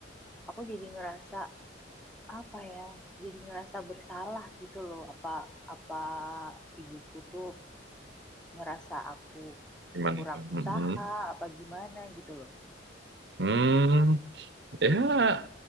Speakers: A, in the centre; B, on the right (about 60°).
A: aku jadi ngerasa apa ya jadi ngerasa bersalah gitu loh apa apa ibuku tuh ngerasa aku
B: Gimana
A: kurang
B: tuh? Mm-mm.
A: usaha apa gimana gitu loh
B: Hmm. Ya,